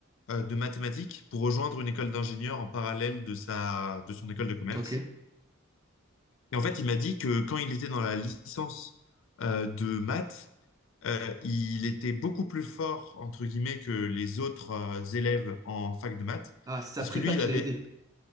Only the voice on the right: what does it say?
Ok.
Ah, c'est sa
prépa
qui
l'a aidé.